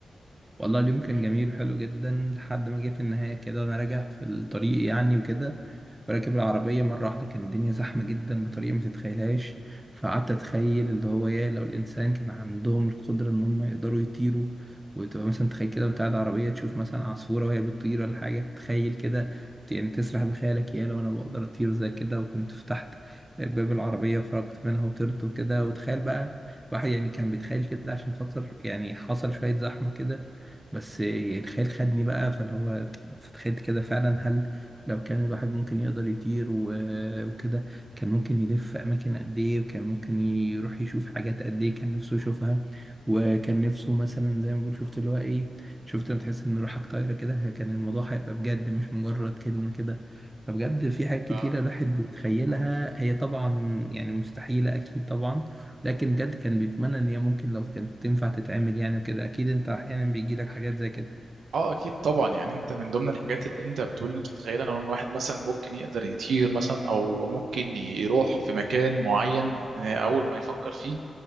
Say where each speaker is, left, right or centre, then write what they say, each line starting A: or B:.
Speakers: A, on the right; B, on the right.
A: والله اليوم كان جميل وحلو جدا لحد ما جه في النهاية كده وأنا راجع في الطريق يعني وكده راكب العربية مرة واحدة كان الدنيا زحمة جدا بطريقة ما تتخيلهاش فقعدت أتخيل اللي هو إيه لو الإنسان كان عندهم القدرة إن هم يقدروا يطيروا وتبقى مثلا تخيل كده وأنت قاعد عربية تشوف مثلا عصفورة وهي بتطير ولا حاجة تخيل كده يعني تسرح بخيالك يا لو أنا بقدر أطير زي كده وكنت فتحت باب العربية وخرجت منها وطرت وكده وتخيل بقى الواحد يعني كان بيتخيل كده عشان خاطر يعني حصل شوية زحمة كده بس يعني الخيال خدني بقى فاللي هو فتخيلت كده فعلا هل لو كان الواحد ممكن يقدر يطير و- وكده كان ممكن يلف أماكن قد إيه وكان ممكن يروح يشوف حاجات قد إيه كان نفسه يشوفها وكان نفسه مثلا زي ما بنقول شفت اللي هو إيه شفت لما تحس إن روحك طايرة كده كان الموضوع هيبقى بجد مش مجرد كلمة كده فبجد في حاجات كتيرة
B: ف-
A: الواحد بيتخيلها هي طبعا يعني مستحيلة أكيد طبعا لكن بجد كان بيتمنى ان هي ممكن لو كانت تنفع تتعمل يعني وكده اكيد انت احيانا بيجي لك حاجات زي كده
B: اه اكيد طبعا يعني انت من ضمن الحاجات اللي انت بتقول انت تتخيل ان واحد مثلا ممكن يقدر يطير مثلا او ممكن يروح في مكان معين آه، اول ما يفكر فيه